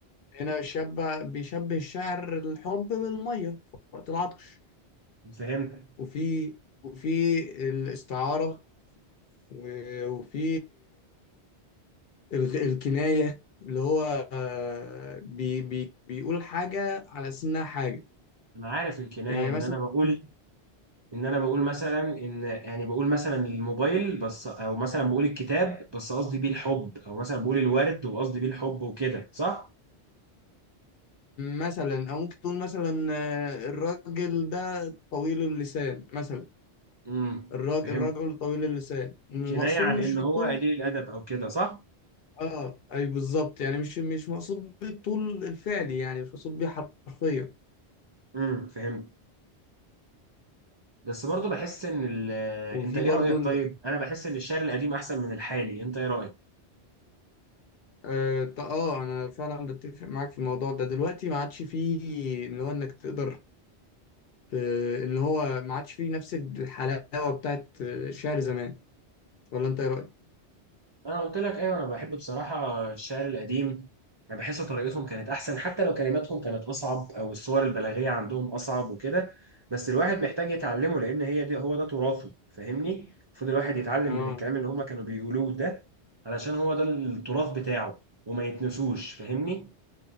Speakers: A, on the left; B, on the right.
A: هنا شبه بيشبه الشعر الحب بالمية في وقت العطش
B: فهمت
A: وفي وفي الاستعارة و- وفي الغ- الكناية اللي هو آه، بي بي بيقول حاجة على أساس إنها حاجة
B: انا عارف الكنايه
A: يعني
B: ان
A: مثلا
B: انا بقول ان انا بقول مثلا ان يعني بقول مثلا الموبايل بس او مثلا بقول الكتاب بس قصدي بيه الحب او مثلا بقول الورد وقصدي بيه الحب وكده صح
A: مثلا أو ممكن تقول مثلا آه، الراجل ده طويل اللسان مثلا
B: امم
A: الراجل
B: فهمت
A: الراجل طويل اللسان المقصود
B: كنايه عن
A: مش
B: ان
A: الطول
B: هو قليل الادب او كده صح
A: اه اي بالظبط يعني مش مش مقصود بالطول الفعلي يعني مش مقصود بيه حرفيا
B: امم فهمت بس برضو بحس ان ال...
A: وفي
B: انت ايه
A: برضو
B: رايك
A: ال...
B: طيب انا بحس ان الشعر القديم احسن من الحالي انت ايه رايك
A: اه ط- آه، انا فعلا بتفق معاك في الموضوع ده دلوقتي ما عادش فيه اللي هو انك تقدر آه، اللي هو ما عادش فيه نفس الحلاوة بتاعت آه، الشعر زمان ولا انت ايه رأيك؟
B: انا قلت لك ايوه انا بحب بصراحه الشعر القديم انا بحس طريقتهم كانت احسن حتى لو كلماتهم كانت اصعب او الصور البلاغيه عندهم اصعب وكده بس الواحد محتاج يتعلمه لان هي دي هو ده تراثه فاهمني المفروض الواحد يتعلم
A: اه
B: من الكلام اللي هما كانوا بيقولوه ده علشان هو ده التراث بتاعه وما يتنسوش فاهمني